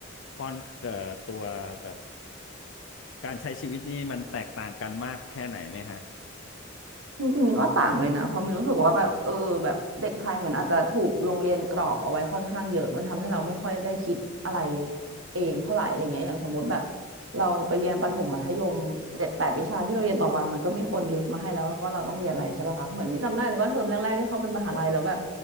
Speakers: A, on the left (about 65°); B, on the right (about 80°).
A: ค่อนเอ่อตัวแบบการใช้ชีวิตนี่มันแตกต่างกันมากแค่ไหนไหมฮะ
B: จริงๆมินว่าต่างเลยนะเพราะมินรู้สึกว่าแบบเออแบบเด็กไทยเหมือนอาจจะถูกโรงเรียนกรอบเอาไว้ค่อนข้างเยอะมันทำให้เราไม่ค่อยได้คิดอะไรเองเท่าไหร่อะไรเงี้ยอย่างสมมติแบบเราไปเรียนประถมมัธยมเจ็ดแปดวิชาที่เราเรียนต่อวันมันก็มีคนลิสต์มาให้แล้วว่าเราต้องเรียนอะไรใช่ป่ะคะเหมือนมินจำได้เลยว่าเทอมแรกๆที่เข้าเป็นมหาลัยแล้วแบบ